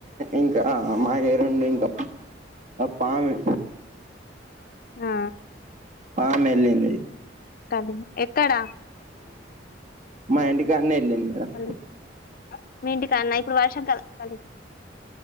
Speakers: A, on the right; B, on the left.
A: ఇంకా <unintelligible> ఆ పామే
B: ఆ
A: పాము వెళ్ళింది
B: కలి ఎక్కడ
A: మా ఇంటికాడనే వెళ్ళింది మేడం
B: కలి మీ ఇంటి కాడానా ఇప్పుడు వర్షం కదా కలి